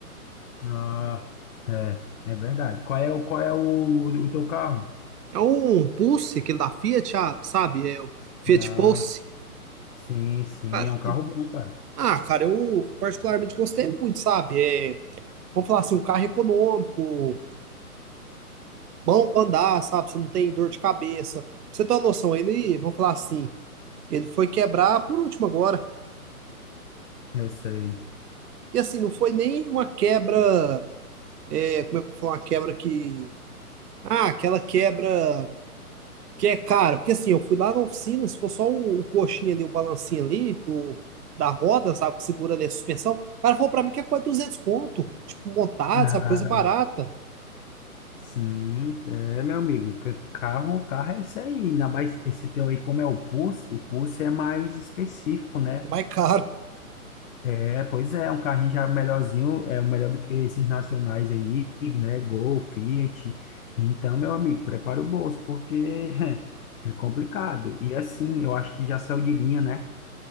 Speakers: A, on the left (about 65°); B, on the right (about 85°).
A: Ah, é, é verdade. Qual é o, qual é o, o teu carro?
B: É um Pulse, aquele da Fiat, ah, sabe? É o Fiat
A: Ah,
B: Pulse.
A: sim, sim,
B: Cara,
A: é um carro
B: e-
A: bom, cara.
B: ah, cara, eu particularmente gostei muito, sabe? É, vamos falar assim, um carro econômico, bom pra andar, sabe? Você não tem dor de cabeça. Pra você ter uma noção, ele, vamos falar assim, ele foi quebrar por último agora.
A: Eu sei.
B: E assim, não foi nem uma quebra, é, como é que eu vou falar, uma quebra que. Ah, aquela quebra. Que é cara, porque assim, eu fui lá na oficina, se for só o, o coxinha ali, o balancinho ali, do, da roda, sabe, que segura ali a suspensão, o cara falou pra mim que é quase 200 conto, tipo, montado,
A: Ah,
B: sabe, coisa barata,
A: sim, é, meu amigo. ca- Carro, carro é isso aí. Ainda mais esse teu aí, como é o Pulse, o Pulse é mais específico, né?
B: é mais caro.
A: É, pois é, um carrinho já melhorzinho, é o melhor do que esses nacionais aí, né? Gol, Fiat. Então, meu amigo, prepara o bolso, porque <laughs> é complicado. E assim, eu acho que já saiu de linha, né?